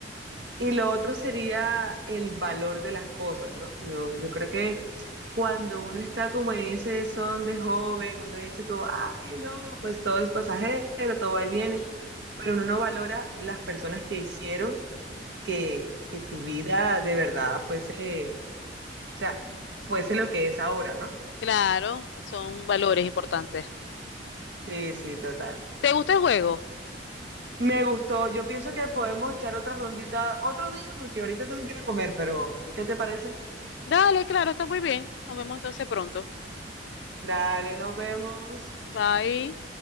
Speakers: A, on the right; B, on the left.
A: Y lo otro sería el valor de las cosas, ¿no? Yo,
B: Ujú,
A: yo creo que cuando uno está como en ese son de joven, uno dice como, ay, no, pues todo es pasajero, todo va y viene,
B: ujú.
A: pero uno no valora las personas que hicieron que, que tu vida de verdad fuese, o sea, fuese lo que es ahora, ¿no?
B: Claro, son valores importantes.
A: Sí, sí, total.
B: ¿Te gusta el juego?
A: Me gustó. Yo pienso que podemos echar otra rondita otro día porque ahorita tengo que ir a comer, pero ¿qué te parece?
B: Dale, claro, está muy bien. Nos vemos entonces pronto.
A: Dale, nos vemos.
B: Bye.